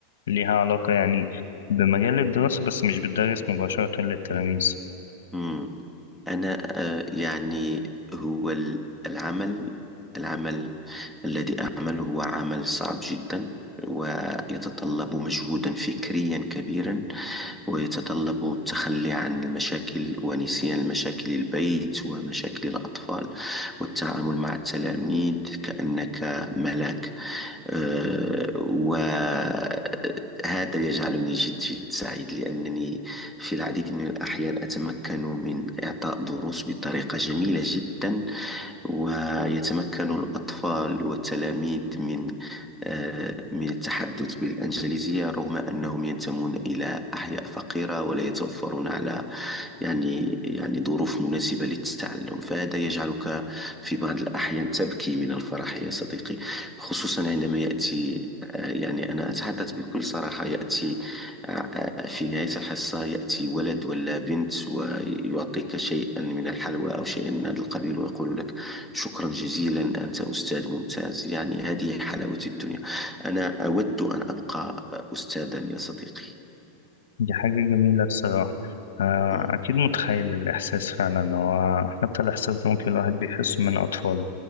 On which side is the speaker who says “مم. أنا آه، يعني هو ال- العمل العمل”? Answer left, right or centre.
Centre